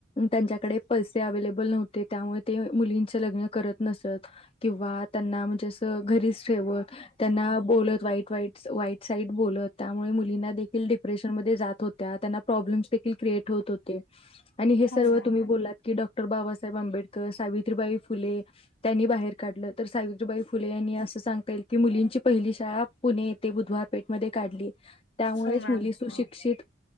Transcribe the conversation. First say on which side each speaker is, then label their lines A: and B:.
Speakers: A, on the left (about 30°); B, on the left (about 70°).
A: त्यांच्याकडे पैसे अव्लेबल नव्हते त्यामुळे ते मुलींच लग्न करत नसत किंवा त्यांना म्हणजे असं घरीच ठेवत त्यांना बोलत वाईट वाईट वाईट साईट बोलत. त्यामुळे मुलींना देखील डिप्रेशनमध्येध्ये जात होत्या त्यांना प्रॉब्लेम्स देखील क्रिएट होत होते. आणि हे सर्व
B: हो मॅम.
A: तुम्ही बलात की डॉक्टर बाबासाहेब आंबेडकर सावित्रीबाई फुले. त्यांनी बाहेर काढलं तर सावित्रीबाई फुले यांनी असं सांगता येईल की मुलींची पहिली शाळा पुणे येते बुधवार. पेट म काढली त्यामुळेच
B: हो मॅम.
A: मुली सुशिक्षित.
B: हो.